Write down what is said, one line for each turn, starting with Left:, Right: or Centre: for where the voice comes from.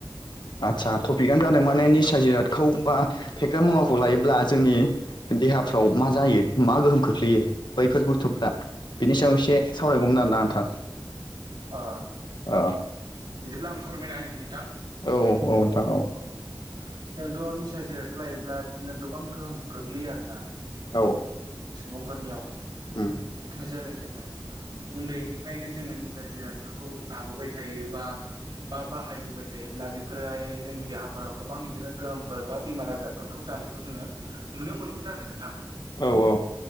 Left: आचसा टपिकनो जादों माने निसा जिरादखौ बा फेग्रा मुवाखौ लायोब्ला जोंनि देहाफ्राव मा जायो मा गोहोम खोख्लैयो बैफोर बुस्थुफ्रा बिनि सायाव एसे सावरायगौमोन आरोना नोंथां
Right: अ
Left: अ
Right: बिदिब्ला आं फोरमायना होनि नोंथां
Left: औ औ नोंथां औ
Right: औ जोंथ' निसा जिरादखौलायोब्ला बिदिनो गोबां गोहोम गोग्लैयो आरो ना
Left: औ
Right: सुबुंफोरनियाव
Left: उम
Right: जेरै जोङो उन्दैनिफ्रायनो जोङो नि जिरादफोरखौ लाबोबाय थायो बा बा बाहायबोबाय थायोब्ला बेफोरोहाय जोंनि देहाफोराव गोबां बिदिनो गोहोमफोर बा बेमार आजार फोरखौ जानायखौ जोङो नुनो मोनगोन आरो नोंथां।
Left: औ औ